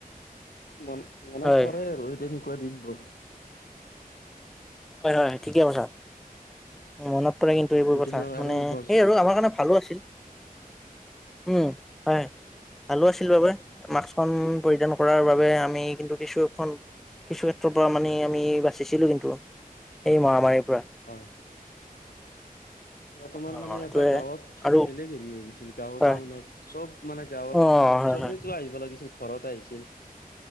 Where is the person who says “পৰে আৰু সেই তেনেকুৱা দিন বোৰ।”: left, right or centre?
Left